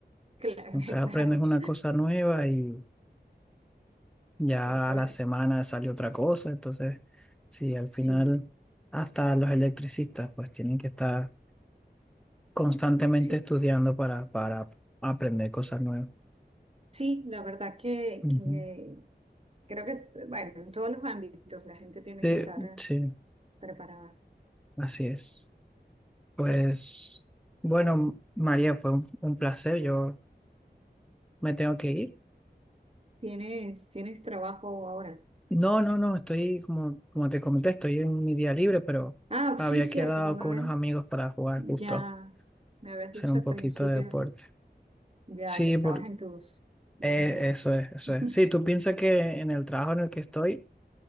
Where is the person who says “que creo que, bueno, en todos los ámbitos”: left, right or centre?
Right